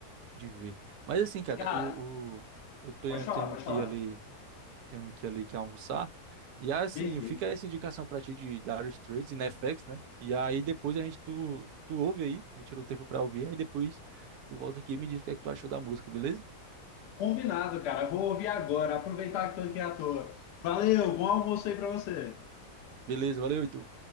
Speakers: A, on the right; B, on the left.
A: de ver. Mas assim, cara,
B: Cara,
A: o, o, eu tenho,
B: pode falar,
A: tenho
B: pode
A: que
B: falar.
A: ir ali, tenho que ir ali que almoçar. E assim,
B: Perfeito.
A: fica essa indicação pra ti de Dire Straits e Netflix, né? E aí depois a gente, tu, tu ouve aí, né? Tira o tempo pra ouvir, aí depois tu volta aqui e me diz o que é que tu achou da música, beleza?
B: Combinado, cara. Vou ouvir agora. Aproveitar que estou aqui à toa. Valeu, bom almoço aí para você.
A: Beleza, valeu, Heitor.